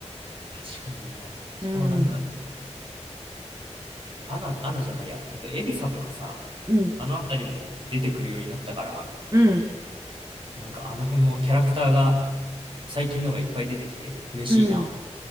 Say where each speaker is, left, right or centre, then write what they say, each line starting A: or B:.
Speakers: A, on the right (about 45°); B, on the right (about 30°).
A: 確かにね。しかもなんか、
B: うん、
A: アナ、アナじゃないや。えっと、エルサとかさ、
B: うん、
A: あのあたりも出てくるようになったから、
B: うん、
A: なんかあの辺もキャラクターが最近のがいっぱい出てきて嬉しいな。
B: うん。